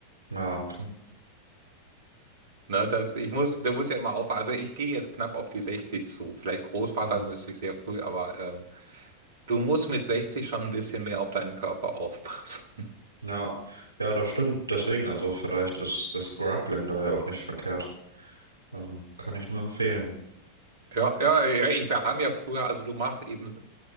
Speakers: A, on the right; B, on the right.
A: Ja, okay.
B: Ne, das, ich muss, du musst ja immer aufpassen. Also ich gehe jetzt knapp auf die 60 zu. Vielleicht Großvater
A: Hm.
B: müsste ich sehr früh, aber ähm, du musst mit 60 schon ein bisschen mehr auf deinen Körper aufpassen. <laughs>
A: Ja, ja, das stimmt. Deswegen, also vielleicht ist, ist Grappling da ja auch nicht verkehrt. Also kann ich nur empfehlen.
B: Ja, ja, ja, ich, wir haben ja früher, also du machst eben